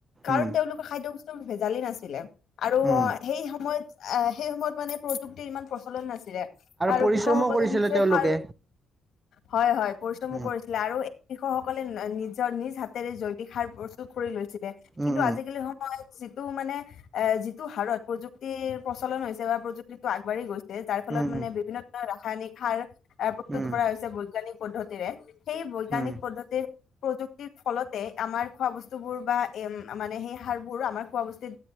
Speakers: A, on the left; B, on the right.
A: কাৰণ
B: উম।
A: তেওঁলোকৰ খাদ্য বস্তু ভেজালি নাছিলে আৰু
B: উম
A: সেই সময়ত। এ সেই সময়ত মানে প্ৰযুক্তিৰ ইমান প্ৰচলন নাছিলে আৰু
B: পৰিশ্ৰমো
A: কৃষকসকলে
B: কৰিছিলে
A: নিজে
B: তেওঁলোকে
A: সাৰ। হয় হয় পৰিশ্ৰমো
B: উম
A: কৰিছিলে আৰু এই কৃষকসকলে নিজৰ নিজ হাত। হাতেৰে জৈৱিক সাৰ প্ৰস্তুত কৰি লৈছিলে কিন্তু
B: উম উম
A: আজিকালি সম। সময়ত যিটো মানে এ যিটো হাৰত প্ৰযুক্তিৰ প্ৰচলন হৈছে বা প্ৰযুক্তিটো আগবাঢ়ি গৈছে। যাৰ ফলত
B: উম উম
A: মানে বিভিন্ন। ৰাসায়নিক সাৰ আ প্ৰস্তুত
B: উম
A: কৰা হৈছে বৈজ্ঞানিক পদ্ধতিৰে সেই বৈজ্ঞানিক
B: উম
A: পদ্ধতিৰ। প্ৰযুক্তিৰ ফলতে আমাৰ খোৱা বস্তু বোৰ বা এ মানে সেই সাৰবোৰ আমাৰ খোৱা বস্তুত।